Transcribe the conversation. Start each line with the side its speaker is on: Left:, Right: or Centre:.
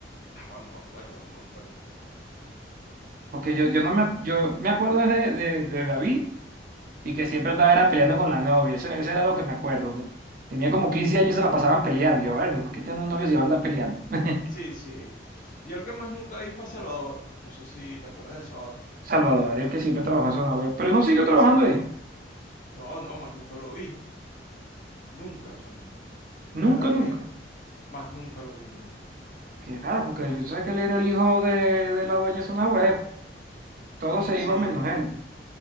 Left: No, no me acuerdo, no me acuerdo.
Right: Porque yo, yo no me, yo me acuerdo de, de, de David. y que siempre andaba era peleando con la novia. Eso, eso era lo que me acuerdo. ¿no? Tenía como 15 años y se la pasaban peleando. Yo, verga, ¿por qué tiene un novio si anda peleando? <laughs>
Left: Sí, sí. Yo el que más nunca vi fue a Salvador. No sé si te acuerdas de Salvador.
Right: Salvador, el que siempre trabajó en zona web, pero no siguió
Left: El
Right: trabajando
Left: que se...
Right: ahí.
Left: No, no, más nunca lo vi. Más nunca, chamo.
Right: Nunca,
Left: De verdad
Right: nunca.
Left: que más nunca lo vi, no. No.
Right: Qué raro, porque él- sabe que él era el hijo de, de la dueña de zona web. Todos se
Left: Sí.
Right: iban menos él.